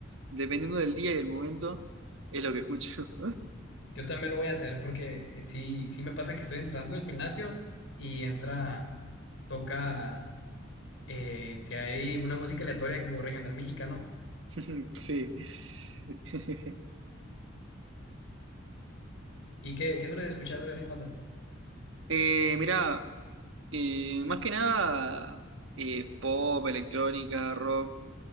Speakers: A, on the right (about 70°); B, on the left (about 70°).
A: dependiendo del día y del momento, es lo que escucho.
B: Yo también lo voy a hacer porque eh, sí, sí me pasa que estoy entrando al gimnasio y entra, toca eh, que hay una música aleatoria como regional mexicano
A: <laughs> Sí. <laughs>
B: y qué qué sueles escuchar de vez en cuando.
A: Eh, mirá. Eh, más que nada eh, pop, electrónica, rock,